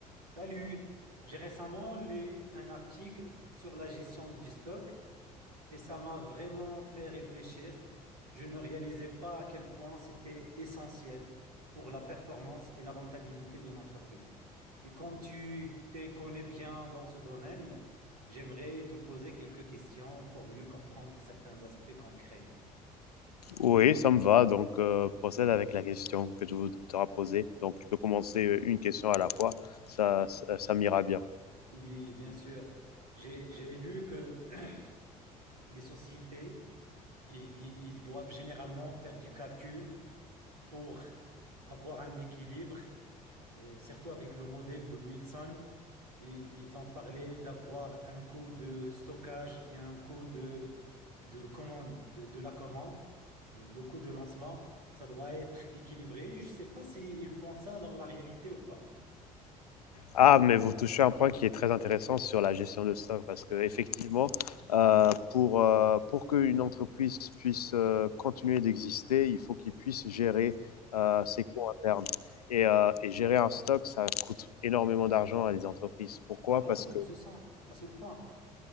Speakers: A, on the right (about 85°); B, on the left (about 80°).
A: Salut, j'ai récemment lu un article sur la gestion du stock et ça m'a vraiment fait réfléchir. Je ne réalisais pas à quel point c'était essentiel pour la performance et la rentabilité d'une entreprise. Et comme tu te connais bien dans ce domaine, j'aimerais te poser quelques questions pour mieux comprendre certains aspects concrets.
B: Oui, ça me va. Donc, euh, procède avec la question que tu voudras poser. Donc, tu peux commencer une question à la fois. Ça, ça, ça m'ira bien.
A: Oui, bien sûr. J'ai, j'ai lu que <clears throat> les sociétés, i- i- ils doivent généralement faire du calcul pour avoir un équilibre, euh, surtout avec le modèle de Wilson. Et ils ont parlé d'avoir un coût de stockage et un coût de, de commande, de, de la commande. Euh, Le coût de lancement, ça doit être équilibré. Je ne sais pas s'ils font ça dans la réalité ou pas.
B: Ah, mais vous touchez un point qui est très intéressant sur la gestion de stock parce que effectivement, euh, pour euh, pour qu'une entreprise puisse euh, continuer d'exister, il faut qu'il puisse gérer euh, ses coûts internes. Et, euh, et gérer un stock, ça coûte énormément d'argent à des entreprises. Pourquoi?
A: Avant,
B: Parce que
A: on se sent à ce point.